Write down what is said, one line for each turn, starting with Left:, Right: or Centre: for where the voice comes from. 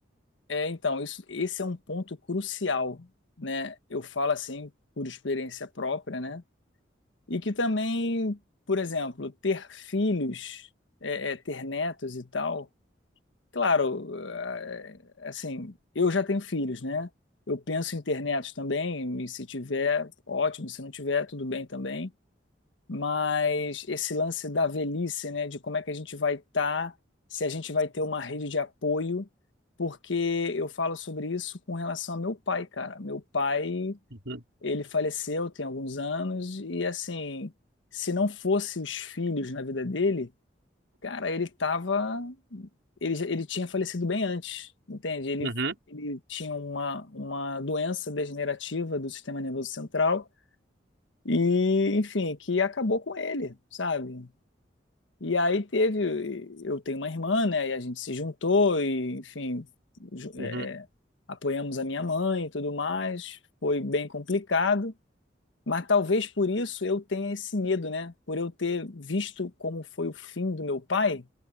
Left: é, então, isso, esse é um ponto crucial, né? Eu falo assim por experiência própria, né? E que também, por exemplo, ter filhos, é, é, ter netos e tal Claro, eh, eh, assim, eu já tenho filhos, né? Eu penso em ter netos também, e se tiver, ótimo, se não tiver, tudo bem também. Mas esse lance da velhice, né, de como é que a gente vai estar, se a gente vai ter uma rede de apoio, porque eu falo sobre isso com relação ao meu pai, cara. Meu pai,
Right: Uhum,
Left: ele faleceu tem alguns anos, e assim, se não fosse os filhos na vida dele Cara, ele tava. Ele, já- ele tinha falecido bem antes, entende? Ele,
Right: uhum,
Left: ele tinha uma, uma doença degenerativa do sistema nervoso central e, enfim, que acabou com ele, sabe? E aí teve. Eu tenho uma irmã, né? E a gente se juntou e, enfim, ju-
Right: uhum,
Left: é, apoiamos a minha mãe e tudo mais. Foi bem complicado. Mas talvez por isso eu tenha esse medo, né? Por eu ter visto como foi o fim do meu pai,